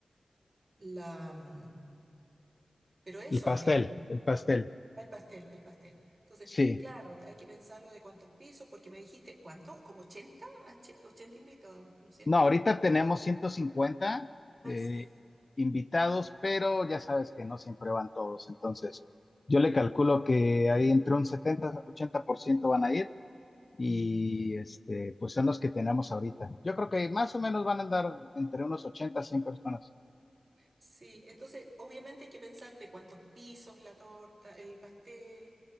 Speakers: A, on the right; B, on the left.
A: la, mm, pero eso
B: El pastel,
A: al menos.
B: el pastel.
A: El pastel, el pastel. Entonces,
B: Sí.
A: claro, hay que pensarlo de cuántos pisos, porque me dijiste, ¿cuánto? ¿Como ochenta Ach- 80 invitados, ¿no es cierto?
B: No, ahorita tenemos 150
A: Ah,
B: eh,
A: sí.
B: invitados, pero ya sabes que no siempre van todos. Entonces, yo le calculo que ahí entre un setenta, ochenta por ciento van a ir y
A: Mm.
B: este, pues son los que tenemos ahorita. Yo creo que más o menos van a andar entre unos 80, 100 personas.
A: Sí, entonces obviamente hay que pensar de cuántos pisos la torta, el pastel